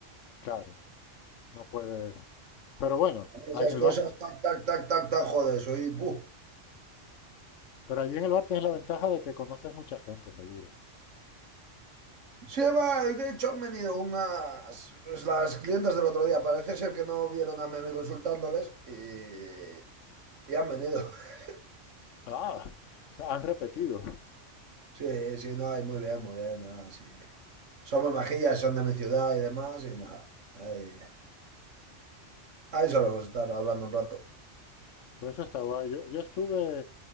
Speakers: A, on the left; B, on the right.
A: Claro, no puedes. Pero bueno,
B: A mí
A: ahí
B: esas
A: en el bar
B: cosas, tac, tac, tac, tac, tac, joder, soy... ¡Puh!
A: Pero allí en el bar tienes la ventaja de que conoces mucha gente, seguro.
B: Sí, va, y de hecho han venido unas... pues, las clientes del otro día, parece ser que no vieron a mi amigo insultándoles y... y han venido. <laughs>
A: Ah, o sea, han repetido.
B: Sí, sí, no, y muy bien, muy bien, nada, sí. Somos majillas, son de mi ciudad y demás, y nada. Ahí. A eso le vamos a estar hablando un rato.
A: Pues eso está guay. Yo, yo estuve